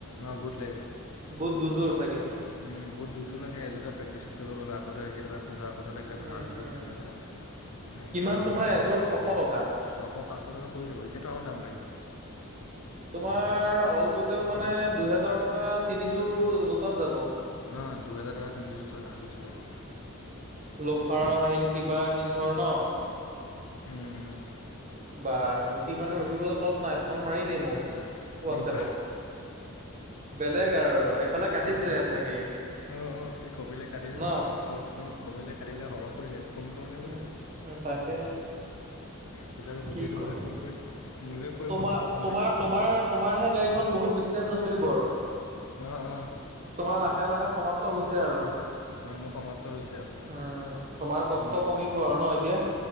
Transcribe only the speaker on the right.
বুট দুযোৰ চাগে।
উম
উম
কিমান তোমাৰ এযোৰত ছশ টকা
তোমাৰ অল টোটেল মানে দুহেজাৰ টকা তিনিযোৰ জোতাত যাব।
লোফাৰ আহিল কিবা আহিল ধৰ ন।
বা গুটি মানুহ ৰখিবলৈ তত নাই। ফোন মাৰিলেই মোক,
হোৱাটচেপত।
বেলেগ আৰু এইফালে কাটিছিলেহে
চাগে।
ন
উম,
উম, তাকে।
কি
ক'বা
তোমাৰ
তোমাৰ-
তোমাৰ তোমাৰহে গাড়ীখন বহুত বেছি টাইম নচলিব আৰু।
তোমাৰ লাহে- লাহে সমাপ্ত হৈছে আৰু। উম,
তোমাৰ কষ্ট
কমিব আৰু ন এতিয়া।